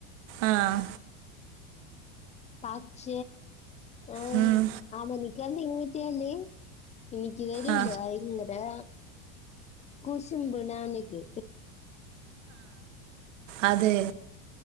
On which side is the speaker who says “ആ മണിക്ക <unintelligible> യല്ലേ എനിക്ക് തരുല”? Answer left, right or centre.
Left